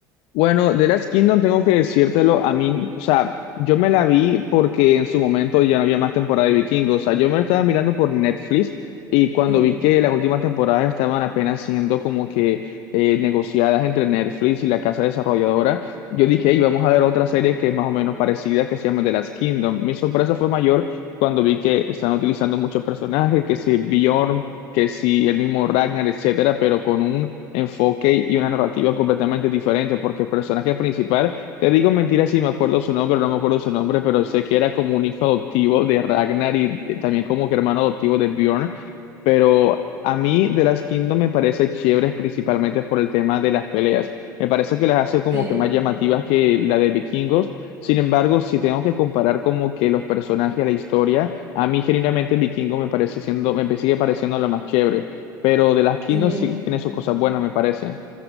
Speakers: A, on the left; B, on the right.
A: Bueno, The Last Kingdom tengo que decírtelo, a mí, o sea, yo me la vi porque en su momento ya no había más temporada de Vikingos, o sea, yo me la estaba mirando por Netflix y cuando
B: Sí,
A: vi que las últimas temporadas estaban apenas siendo como que eh, negociadas entre Netflix y la casa desarrolladora, yo dije, hey, vamos a ver otra serie que es más o menos parecida que se llama The Last Kingdom. Mi sorpresa fue mayor cuando vi que están utilizando muchos personajes, que si Bjorn que si el mismo Ragnar, etcétera, pero con un enfoque y una narrativa completamente diferente, porque el personaje principal, te digo mentira si me acuerdo su nombre o no me acuerdo su nombre, pero sé que era como un hijo adoptivo de Ragnar y eh, también como que hermano adoptivo de Bjorn, pero a mí The Last Kingdom me parece chévere principalmente por el tema de las peleas. Me parece que las hace como
B: sí,
A: que más llamativas que la de Vikingos. Sin embargo, si tengo que comparar como que los personajes, la historia, a mí, genuinamente, el vikingo me parece siendo, me sigue pareciendo la más chévere, pero de las Kingdoms
B: sí.
A: sí tiene sus cosas buenas, me parece.